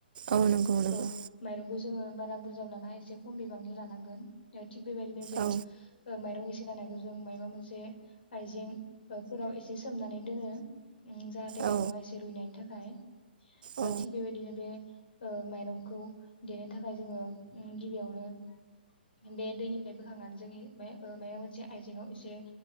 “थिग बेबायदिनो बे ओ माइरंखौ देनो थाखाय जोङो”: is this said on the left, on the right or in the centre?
Left